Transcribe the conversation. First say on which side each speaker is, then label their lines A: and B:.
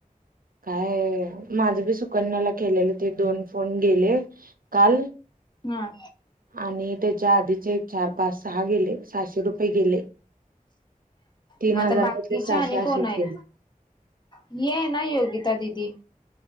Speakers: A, on the right; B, on the left.
A: काय? माझं बी सुकन्याला केलेलं ते दोन फोन गेले. काल
B: हा
A: आणि एक. त्याच्या आधीचे एक चार पास सहा गेले सहाशे रुपये गेले. तीन
B: मग
A: हजार
B: आता बाकीच्या
A: मधले सहाशे
B: आणि
A: असेच
B: कोण हायत?
A: गेले
B: ही आय ना योगी. त्या दिदी.